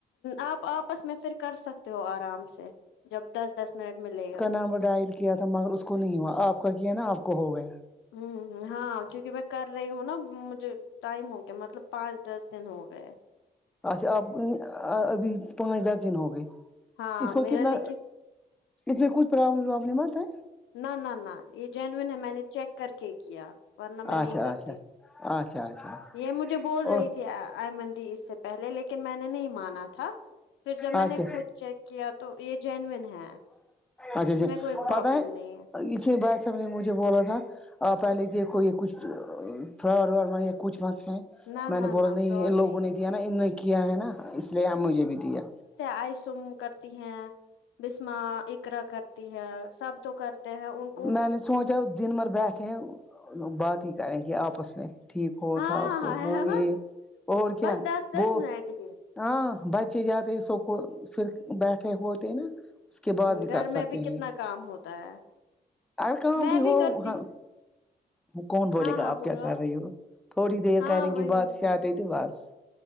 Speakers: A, on the left; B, in the centre.
A: آپ آپس میں پھر کر سکتے ہو آرام سے جب دس دس منٹ ملے گا
B: نامبر ڈائ کیا تھا مگر اس کو نہیں ہوا آپ کا کیا ہے نا آپ کو ہو گیا
A: ہوں ہ ہاں کیوں کہ میں کر رہی ہوں نا مجھے ٹائم ہو گیا مطلب پانچ دس دن ہو گئے
B: اچھا آپ ابھی پانچ دس دن ہوگئے
A: ہاں
B: اس کو
A: میرا
B: کتنا
A: لیکن
B: اس میں کچھ پرابلم وابلم مت ہیں
A: نہ نہ نہ یہ جینوون ہے میں نے چیک کر کے کیا ورنہ
B: اچھا
A: میں نہیں کرتی
B: اچھا اچھا اچھا اچھا اچھا
A: یہ مجھے بول
B: او
A: رہی تھی آئی مندی اس سے پہلے لیکن میں نے نہیں مانا تھا پھر جب
B: اچھا
A: میں
B: اچھا
A: نے خود چیک کیا تو یہ جینوین ہے
B: اچھا اچھا
A: اس میں کوئی پرابلم
B: پتا ہے
A: نہیں
B: اسی بھائی صاحب نے مجھے بولا تھا اور پہلے دیکھو یہ کچھ فلاور وور م یا کچھ مت ہے
A: نہ
B: میں
A: نہ
B: نے بولا
A: نہ
B: نہیں
A: فراڈ
B: ان لوگوں نے
A: ہے
B: دیا نا انوں کیا ہے نا اس لیے آ مجھے بھی دیا
A: آئیسوم کرتی ہیں بسما اکرا کرتی ہے سب تو کر ہیں ان کو
B: میں نے سوچا دن بھر بیٹھیں بات ہی کریں کہ آپس میں ٹھیک ہو
A: ہاں
B: ٹھاک ہو
A: ہاں
B: ہو
A: ہے نا
B: یہ اور کیا
A: بس دس دس
B: وہ
A: منٹ ہی ہ
B: ہاں بچے جاتے سک پھر بیٹھے ہوتے نا اس کے بعد بھی
A: گھر
B: کر
A: میں
B: سکتے
A: کتنا
B: ہیں
A: کام ہوتا ہے
B: اور کہاں
A: میں
B: بھی ہو
A: کرتی
B: ہاں
A: ہوں۔
B: وہ کون بولے
A: ہاں
B: گا
A: ہاں
B: آپ
A: بولو
B: کیا کر رہی ہو تھوڑی دیر
A: ہاں
B: کریں
A: وہی
B: گی باتشاہ
A: ہاں
B: آت ت بس